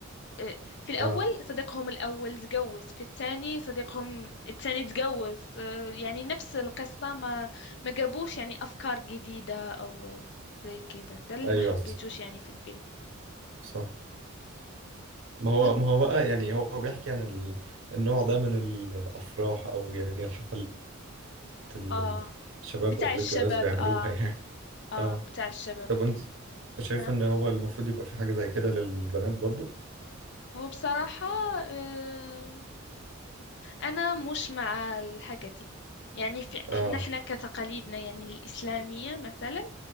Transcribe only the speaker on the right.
اه
ايوه
صح
صح ما هو
ما هو بقى يعني هو بيحكي عن ال... النوع ده من الافراح او يعني الحفلات اللي
الشباب
قبل
الجواز بيعملوها
<laughs> يعني
اه
طب انت شايف
ان هو المفروض يبقى في حاجة زي كده للبنات برضو
اه